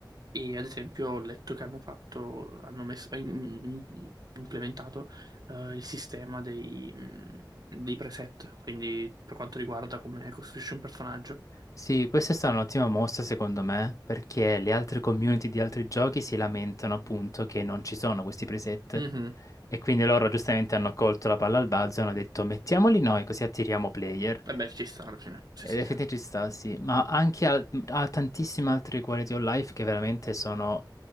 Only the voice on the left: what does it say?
Sì, questa è stata un'ottima mossa secondo me, perché le altre community di altri giochi si lamentano appunto che non ci sono questi preset
e quindi loro giustamente hanno colto la palla al balzo e hanno detto mettiamoli noi così attiriamo player.
Ed
effettivamente ci sta, sì, ma anche al- a, tantissime altre quality of life che veramente sono